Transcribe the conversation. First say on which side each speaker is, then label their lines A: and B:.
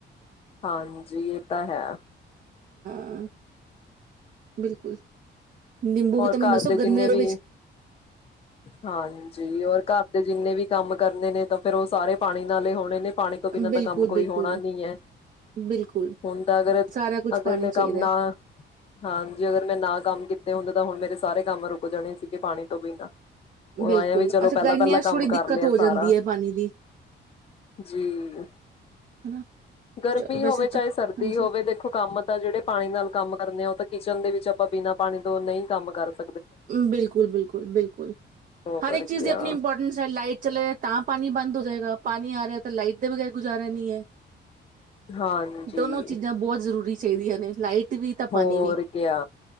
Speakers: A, on the left; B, on the right.
A: ਹਾਂਜੀ ਇਹ ਤਾਂ ਹੈ।
B: ਹਾਂ ਬਿਲਕੁਲ। ਨਿੰਬੂ
A: ਹੋਰ
B: ਵੀ ਤਾਂ ਮੈਨੂੰ
A: ਘਰ
B: ਦੱਸੋ
A: ਦੇ ਜਿੰਨੇ
B: ਗਰਮੀਆਂ
A: ਵੀ,
B: ਵਿੱਚ
A: ਹਾਂਜੀ, ਹੋਰ ਘਰ ਦੇ ਜਿੰਨੇ ਵੀ ਕੰਮ ਕਰਨੇ ਨੇ ਤਾਂ ਫਿਰ ਉਹ ਸਾਰੇ ਪਾਣੀ ਨਾਲੇ ਹੀ ਹੋਣੇ ਨੇ। ਪਾਣੀ ਤੋਂ ਬਿਨਾਂ
B: ਬਿਲਕੁਲ
A: ਦਾ ਕੰਮ ਕੋਈ
B: ਬਿਲਕੁਲ
A: ਹੋਣਾ ਨਹੀਂ ਹੈ।
B: ਬਿਲਕੁਲ
A: ਹੁਣ ਤਾਂ ਅਗਰ,
B: ਸਾਰਾ ਕੁਛ
A: ਅਗਰ
B: ਪਾਣੀ
A: ਮੈਂ
B: ਚਾਹੀਦਾ
A: ਕੰਮ ਨਾ,
B: ਹੈ
A: ਹਾਂਜੀ ਅਗਰ ਮੈਂ ਨਾ ਕੰਮ ਤਾਂ ਹੁਣ ਮੇਰੇ ਸਾਰੇ ਕੰਮ ਰੁਕ ਜਾਣੇ ਸੀਗੇ, ਪਾਣੀ ਤੋਂ ਬਿਨਾਂ ਔ
B: ਬਿਲਕੁਲ
A: ਆਏਆ ਵੀ ਚਲੋ
B: ਅੱਛਾ
A: ਪਹਿਲਾਂ
B: ਗਰਮੀਆਂ
A: ਪਹਿਲਾਂ ਕੰਮ
B: ਚ ਥੋੜ੍ਹੀ
A: ਕਰ
B: ਦਿੱਕਤ
A: ਲਿਆ
B: ਹੋ
A: ਸਾਰਾ,
B: ਜਾਂਦੀ ਹੈ ਪਾਣੀ ਦੀ
A: ਜੀ,
B: ਹਨਾ
A: ਗਰਮੀ
B: ਚਲੋ ਵੈਸੇ
A: ਹੋਵੇ ਚਾਹੇ
B: ਤਾਂ
A: ਸਰਦੀ
B: ਹਾਂਜੀ
A: ਹੋਵੇ ਦੇਖੋ ਕੰਮ ਤਾਂ ਜਿਹੜੇ ਪਾਣੀ ਨਾਲ ਕੰਮ ਕਰਨੇ ਆ ਉਹ ਤੇ ਕਿਚਨ ਦੇ ਵਿੱਚ ਆਪਾਂ ਬਿਨਾਂ ਪਾਣੀ ਔ ਨਹੀਂ ਕੰਮ ਕਰਦੇ
B: ਬਿਲਕੁਲ ਬਿਲਕੁਲ ਬਿਲਕੁਲ
A: ਹੋਰ
B: ਹਰ ਇੱਕ ਚੀਜ਼
A: ਕਿਆ
B: ਦੀ ਆਪਣੀ ਇੰਪੋਰਟੈਂਸ ਹੈ, ਲਾਈਟ ਚਲੇ ਤਾਂ ਪਾਣੀ ਬੰਦ ਹੋ ਜਾਏਗਾ। ਪਾਣੀ ਆ ਰਿਹਾ ਤਾਂ ਲਾਈਟ ਦੇ ਬਗੈਰ ਗੁਜ਼ਾਰਾ ਨਹੀਂ ਹੈ।
A: ਹਾਂਜੀ
B: ਦੋਨੋ ਚੀਜ਼ਾਂ ਬਹੁਤ ਜ਼ਰੂਰੀ। ਚਾਹੀਦੀਆਂ ਨੇ ਲਾਈਟ ਵੀ ਤਾਂ ਪਾਣੀ
A: ਹੋਰ
B: ਵੀ
A: ਕਿਆ